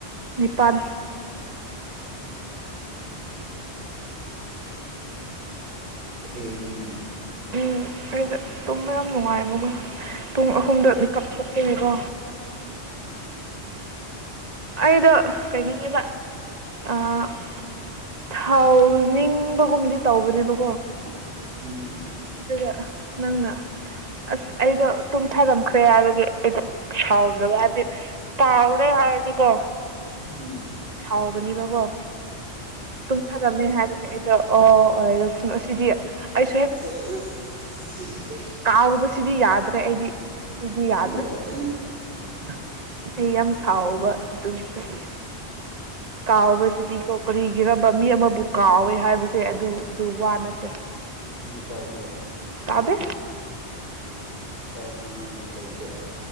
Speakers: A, on the right; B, on the right.
A: ꯅꯤꯄꯥꯜ
B: ꯊꯦꯡꯉꯅꯦ
A: ꯎ ꯑꯩꯗ ꯇꯨꯝꯕ ꯌꯥꯝ ꯅꯨꯡꯉꯥꯏꯕꯀꯣ ꯄꯨꯡ ꯑꯍꯨꯝꯗ ꯃꯤꯀꯞ ꯊꯣꯛꯈꯤꯕꯅꯤꯀꯣ
B: ꯎꯝ
A: ꯑꯩꯗꯣ ꯀꯩꯅꯣꯅꯦꯕ <unintelligible> ꯊꯥꯎ ꯅꯤꯡꯕꯒꯨꯝꯗꯤ ꯇꯧꯕꯅꯦꯕ
B: ꯎꯝ
A: ꯑꯗꯨꯒ ꯅꯪꯅ ꯑꯁ ꯑꯩꯗꯣ ꯇꯨꯝꯊꯔꯝꯈ꯭ꯔꯦꯔ ꯑꯩ ꯁꯥꯎꯗ꯭ꯔꯕ ꯍꯥꯏꯗꯤ ꯇꯥꯎꯔꯦ ꯍꯥꯏꯔꯗꯤꯀꯣ
B: ꯎꯝ
A: ꯁꯥꯎꯒꯅꯤꯕꯀꯣ ꯇꯨꯝꯊꯔꯝꯃꯦ ꯍꯥꯏꯕꯒꯤ ꯑꯩꯗꯣ ꯑꯣ ꯁꯤꯗꯤ ꯑꯩ
B: <unintelligible>
A: ꯀꯥꯎ ꯁꯤꯗꯤ ꯌꯥꯗ꯭ꯔꯦ ꯑꯩꯗꯤ ꯁꯤꯗꯤ ꯌꯥꯗ꯭ꯔꯦ
B: ꯑꯦ
A: ꯑꯩ ꯌꯥꯝ ꯁꯥꯎꯕ ꯑꯗꯨꯗꯤ ꯀꯥꯎꯕꯁꯤꯗꯤꯀꯣ ꯀꯔꯤꯒꯤꯕ ꯃꯤ ꯑꯃꯕꯨ ꯀꯥꯎꯋꯦ ꯍꯥꯏꯕꯁꯦ ꯑꯗꯨ ꯑꯗꯨ ꯋꯥ ꯅꯠꯇꯦ
B: ꯅꯪꯗꯤ ꯀꯥꯎꯗ꯭ꯔꯣ
A: ꯑꯗꯦ
B: ꯑꯦ ꯀꯥꯎꯕ ꯅꯉꯣꯟꯗ ꯂꯩꯇꯦ